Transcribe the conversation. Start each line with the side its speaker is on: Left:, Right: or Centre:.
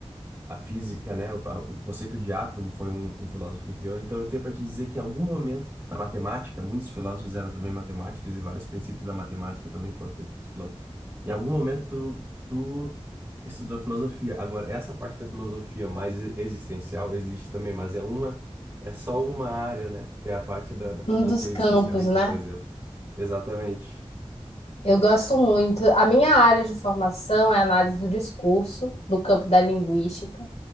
Right: a física, né, o, a- o conceito de átomo foi um, um filósofo que criou. Então, eu tenho para te dizer que em algum momento na matemática, muitos filósofos eram também matemáticos e vários princípios da matemática também foram feitos por filósofos. Em algum momento, tu, tu estudou filosofia. Agora, essa parte da filosofia mais e- existencial existe também, mas é uma, é só uma área, né, que é a parte da, da
Left: Um
Right: filosofia
Left: dos campos,
Right: existencialista,
Left: né?
Right: por exemplo. Exatamente.
Left: Eu gosto muito. A minha área de formação é análise do discurso, do campo da linguística,